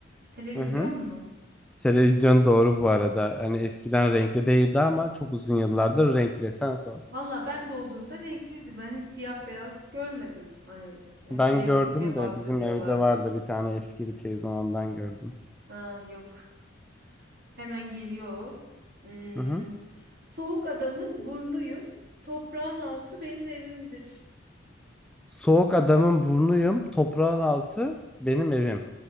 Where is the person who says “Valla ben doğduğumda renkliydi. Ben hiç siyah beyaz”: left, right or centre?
Right